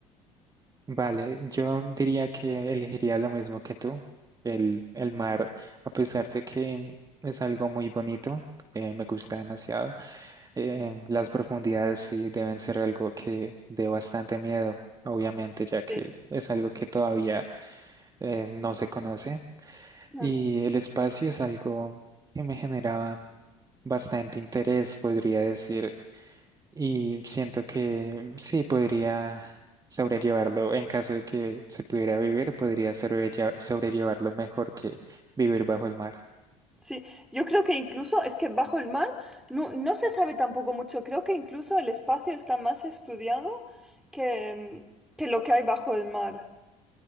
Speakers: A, on the right; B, in the centre.
A: Vale, yo diría que elegiría lo mismo que tú. El, el mar, a pesar de que es algo muy bonito, eh, me gusta demasiado. eh, las profundidades sí deben ser algo que dé bastante miedo, obviamente, ya que
B: Sí.
A: es algo que todavía eh, no se conoce.
B: Mm,
A: Y el espacio es algo que me generaba bastante interés, podría decir, y siento que sí podría sobrellevarlo en caso de que se pudiera vivir, podría sobrelle- sobrellevarlo mejor que vivir bajo el mar.
B: Sí, yo creo que incluso es que bajo el mar no, no se sabe tampoco mucho. Creo que incluso el espacio está más estudiado que, mm, que lo que hay bajo el mar.